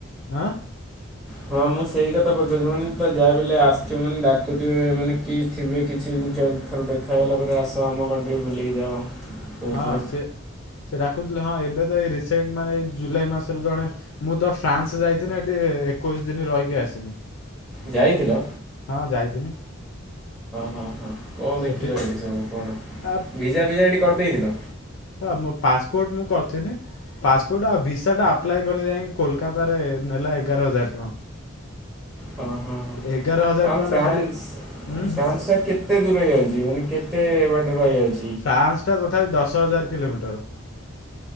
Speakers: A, on the left (about 70°); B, in the centre.
A: ଆଁ
B: ହଁ, ମୁଁ, ସେଇ କଥା ପଚାରୁଛି ମୁଁ କହିଲି ତ ଯାହା ବି ହେଲେ ଆସିଥିବ ମାନେ ଡାକୁଥିବେ ମାନେ କି ଥିବେ କିଛି ଜିନିଷ ଦେଖା ହେଇଗଲା ପରେ ଆସ ଆମ କଣ୍ଟ୍ରି ବୁଲିକି ଯାଅ। କହୁଥିବେ
A: ହଁ, ସେ ସେ ଡାକୁୁଥିଲେ ହଁ ଏବେ ତ ଏଇ ରିସେଣ୍ଟ ମାନେ ଏଇ ଜୁଲାଇ ମାସରେ ଜଣେ ମୁଁ ତ ଫ୍ରାନ୍ସ ଯାଇଥିଲି ଏଠି ଏକୋଇଶି ଦିନ ରହିକି ଆସିନି।
B: ଯାଇଥିଲ ହ,
A: ହଁ ଯାଇଥିନି
B: ହଁ, ହଁ। କଣ ଦେଖିଲ
A: ସେଠି
B: ହେଇଠି ସବୁ କଣ
A: ଆ
B: ଭିଜା ଭିଜା ଏଇଠି କରି ଦେଇଥିଲ?
A: ଆ ମୋ ପାସପୋର୍ଟ ମୁଁ କରିଥିନି। ପାସପୋର୍ଟ ଆଉ ଭିସା ଟା ଆପ୍ଲାଏ କଲି ଯାଇଁ କୋଲକାତାରେ ନେଲା ଏଗାର ହଜାର ଟଙ୍କା।
B: ହ ହ ହ
A: ଏଗାର ହଜାର
B: ଆ
A: ଟଙ୍କାଟା
B: ଫ୍ରାନ୍ସ
A: ଖାଲି ଉଁ
B: ଫ୍ରାନ୍ସ ଟା କେ କେତେ ଦୂର ହେଇଯାଉଛି ମାନେ କେତେ ବାଟ ରହି ଯାଉଛି।
A: ଫ୍ରାନ୍ସ ଟା ତଥାପି ଦଶ ହଜାର କିଲୋମିଟର।